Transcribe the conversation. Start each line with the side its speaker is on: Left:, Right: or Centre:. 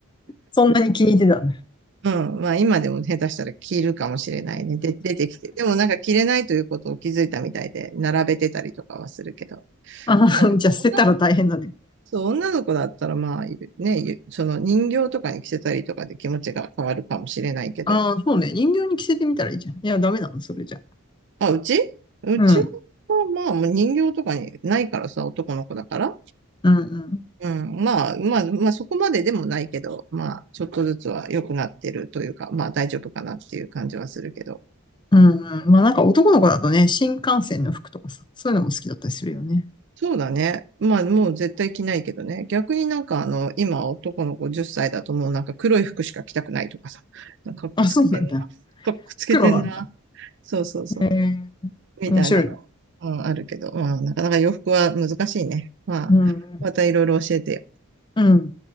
Left: そんなに気に入ってたんだ。<laughs>
Right: うん。まあ今でも下手したら着るかもしれないね。で、出てきて。でもなんか着れないということを気づいたみたいで、並べてたりとかはするけど。
Left: ああ、
Right: まあ、
Left: じゃあ捨てたら大変だね。
Right: 女の子そう、女の子だったら、まあ、ね、ゆその人形とかに着せたりとかで気持ちが変わるかもしれないけど、
Left: ああ、そうね。人形に着せてみたらいいじゃん。いや、ダメなの、それじゃ。
Right: あ、うちうちは、
Left: うん。
Right: まあ、もう人形とかにないからさ、男の子だから。
Left: うん、うん。
Right: うん。まあ、まあ、まあ、そこまででもないけど、まあ、ちょっとずつは良くなってるというか、まあ、大丈夫かなっていう感じはするけど。
Left: うん、うん。まあなんか男の子だとね、新幹線の服とかさ、そういうのも好きだったりするよね。
Right: そうだね。まあ、もう絶対着ないけどね。逆になんか、あの、今、男の子10歳だともうなんか黒い服しか着たくないとかさ、なんかかっこつけてんな。
Left: あ、そうなんだ。
Right: かっこつけてんな。
Left: 黒なんだ。
Right: そうそうそう。
Left: へえ、
Right: みたいなの、
Left: 面白いね。
Right: うん、あるけど、まあ、なかなか洋服は難しいね。まあ、
Left: うん。
Right: またいろいろ教えてよ。
Left: うん。